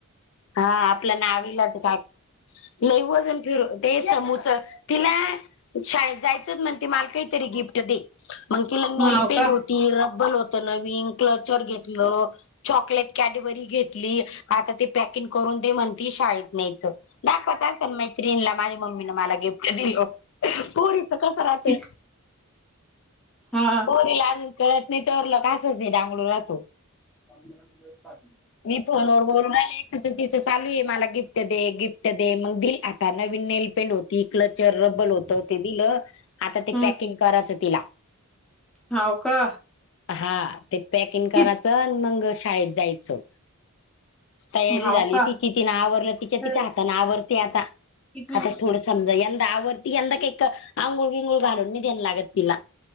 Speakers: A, on the left (about 55°); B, in the centre.
A: हा आपल्या नावीलाच काय लैवजन फिर ते समूच तिला शाळेत जायचंच म्हण त मला काहीतरी गिफ्ट दे मग तिला नलपेंड
B: हाव का?
A: होती र बबल होत नवीन क्लचर घेतलं चॉकलेट कॅडेबरी घेतली आता ते पॅकिंग करून ते म्हणती शाळेत न्यायचं दाखवायचं असेल मैत्रीणला माझी मम्मीने मला गिफ्ट दिलं पोरीच कस राहते
B: कित हा
A: पोरी लाजून कळत नाही तररलं कासच नाही डगळूर राहातू
B: प दि पा
A: मी फोनवर बोलू राहिले तिचं तिचं चालू आहे मला गिफ्ट दे गिफ्ट मग दिली आता नवीन नेलपेंट होती क्लचर रब्बर होत ते दिलं आता ते
B: हम्म
A: पॅक. किंकाराचं तिला
B: हाव का?
A: हा ते पॅकिंग कराचं
B: कित
A: आणि मंग शाळेत जायचं. तयारी
B: हाव
A: झाली
B: का?
A: तिची तिने आवरलं तिच्या
B: किती
A: त्या हातान आवरते आता,
B: मिनिट
A: आता थोडसं समजा यंदा आवरती यंदा काही क आंघुळ विंगूळ घालून नाही देण लागत तिला